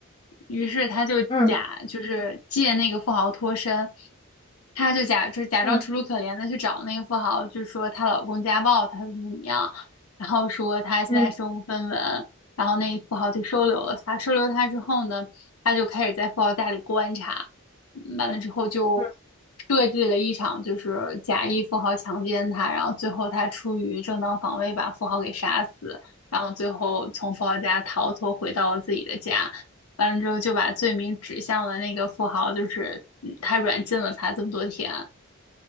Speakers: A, on the left; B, on the left.
A: 于是他就假就是借那个富豪脱身，
B: 嗯
A: 他就假就假装楚楚可怜的去找那个富豪，
B: 嗯
A: 就说她老公家暴她怎么怎么样，然后说她现在身无分文，
B: 嗯
A: 然后那富豪就收留了她，收留她之后呢？他就开始在富豪家里观察，嗯完了之后就
B: 嗯
A: 设计了一场就是假意富豪强奸他，然后最后他出于正当防卫把富豪给杀死，然后最后从富豪家逃脱回到了自己的家，完了之后就把罪名指向了那个富豪，就是嗯他软禁了他这么多天，